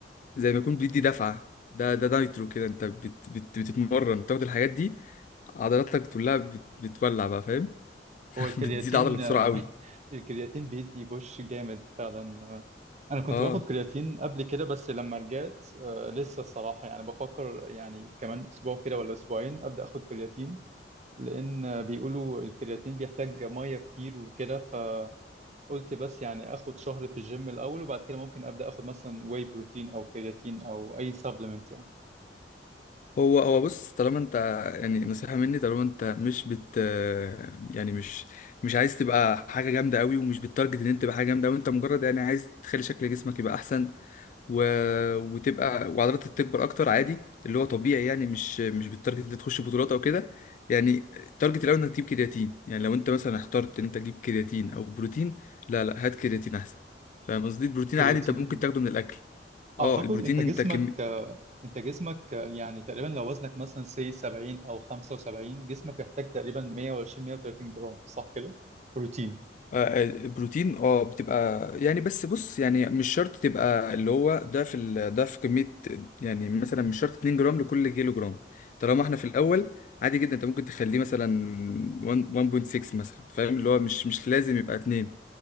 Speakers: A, on the left; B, on the right.
A: زي ما يكون بيدي دفعة ده ده نايترو كده انت بت بت بتتمرن بتاخد الحاجات دي عضلاتك كلها بت بتولع بقى فاهم
B: هو
A: <laughs>
B: الكرياتين
A: بتزيد عضلة بسرعة
B: آه،
A: قوي
B: الكرياتين بيدي بوش جامد فعلا آه، انا كنت
A: اه
B: باخد كرياتين قبل كده بس لما رجعت آه، لسه الصراحه يعني بفكر يعني كمان اسبوع كده ولا اسبوعين ابدا اخد كرياتين لان آه، بيقولوا الكرياتين بيحتاج ميه كتير وكده فقلت بس يعني اخد شهر في الجيم الاول وبعد كده ممكن ابدا اخد مثلا واي بروتين او كرياتين او اي سبلمنت يعني
A: هو هو بص طالما انت يعني نصيحة مني طالما انت مش بت يعني مش مش عايز تبقى حاجة جامدة قوي ومش بتارجت ان انت تبقى حاجة جامدة وانت مجرد يعني عايز تخلي شكل جسمك يبقى احسن و... وتبقى وعضلاتك تكبر اكتر عادي اللي هو طبيعي يعني مش مش بالتارجت اللي تخش بطولات او كده يعني التارجت الاول انك تجيب كرياتين يعني لو انت مثلا اخترت ان انت تجيب كرياتين او بروتين لا لا هات كرياتين احسن فاهم قصدي البروتين
B: كرياتين
A: عادي انت ممكن تاخده من الاكل اه
B: اعتقد
A: البروتين
B: انت جسمك
A: انت كم...
B: آه، انت جسمك آه، يعني تقريبا لو وزنك مثلا سي 70 او 75 جسمك بيحتاج تقريبا 120 130 جرام صح كده بروتين
A: آه، البروتين اه بتبقى يعني بس بص يعني مش شرط تبقى اللي هو ضعف ال- ضعف كمية يعني مثلا مش شرط 2 جرام لكل كيلو جرام طالما احنا في الأول عادي جدا انت ممكن تخليه مثلا 1 1.6 مثلا فاهم اللي هو مش مش لازم يبقى 2